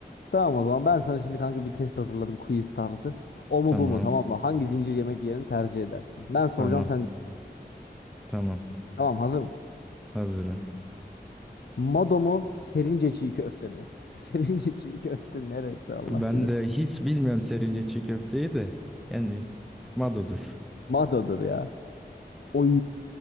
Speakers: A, on the left; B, in the centre.
A: Tamam o zaman ben sana şimdi kanka bir test hazırladım quiz tarzı. O mu
B: Tamam
A: bu mu tamam mı? Hangi zincir yemek yerini tercih edersin? Ben soracağım
B: tamam
A: sen
B: tamam
A: tamam hazır mısın?
B: hazırım.
A: Mado mu? Serince çiğ köfte mi? <laughs> Serince çiğ köfte neresi Allah
B: Ben
A: bilir.
B: de hiç bilmiyorum serince çiğ köfteyi de yani Mado'dur.
A: Mado'dur ya. Oy.